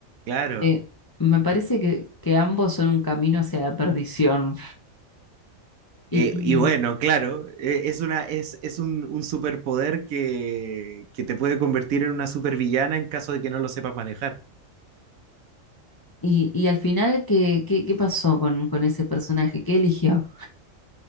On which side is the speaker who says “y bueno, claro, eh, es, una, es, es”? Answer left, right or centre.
Right